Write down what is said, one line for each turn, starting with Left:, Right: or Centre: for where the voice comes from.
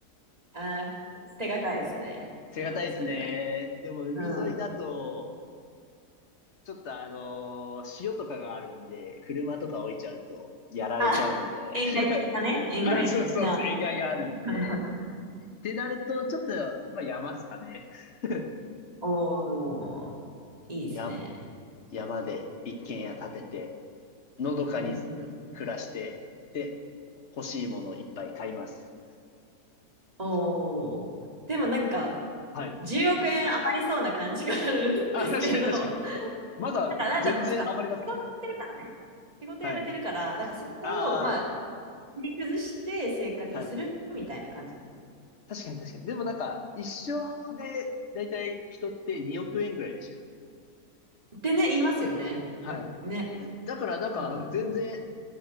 Right: あー、捨てがたいですね。それもそれで。
Left: 手堅いですね。でも海沿いだと、
Right: うん。
Left: ちょっとあのー潮とかがあるんで、車とか置いちゃうとやられちゃうんで。
Right: あ、円外的なね。
Left: <laughs>
Right: 円外的な。
Left: あ、そうそうそう、塩害があるんで。
Right: <laughs>
Left: ってなると、ちょっと、まあ山っすかね。<laughs>
Right: おー、いいですね。
Left: 山、山で一軒家建てて、のどかに
Right: うんうんうん
Left: 暮らして、で、欲しいものをいっぱい買います。
Right: おー。でもなんか、
Left: はい。
Right: 10億円余りそうな感じがあるんですけど、
Left: あ、確かに確かに。まだ全然余りますね。
Right: なんかなんだろう、そっか、仕事やめてるからね。仕事辞めてるから、
Left: はい。
Right: だからそれを、
Left: あ
Right: まあ、切り崩して生活するみたいな感じ。
Left: あ、はい。確かに確かに。でもなんか、一生で、だいたい人って2億円ぐらいでしたっけ
Right: ってね、言いますよね。
Left: はい。
Right: だね。
Left: だからなんか、
Right: うん。
Left: 全然、